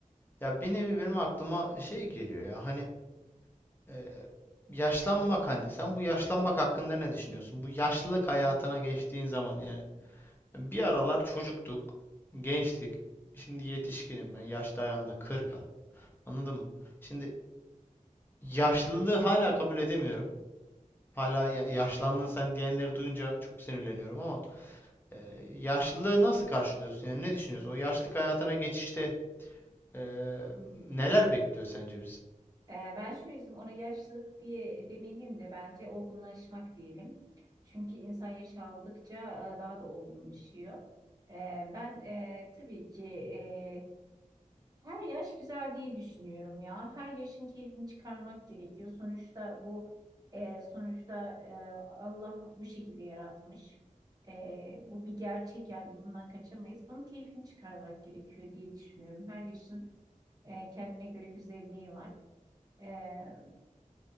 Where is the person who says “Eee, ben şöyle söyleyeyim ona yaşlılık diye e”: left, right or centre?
Right